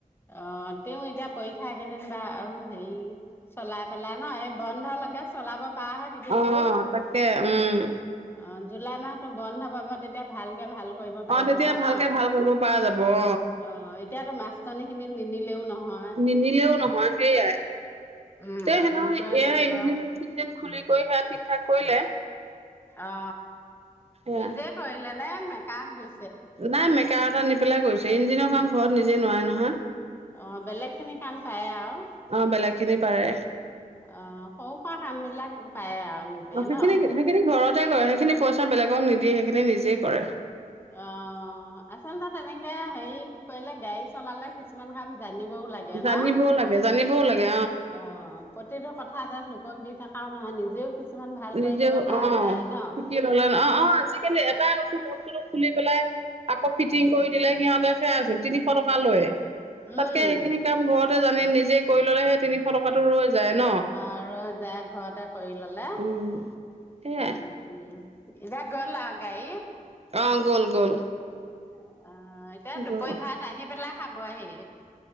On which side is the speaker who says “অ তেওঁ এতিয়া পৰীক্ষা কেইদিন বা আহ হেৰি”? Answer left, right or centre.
Left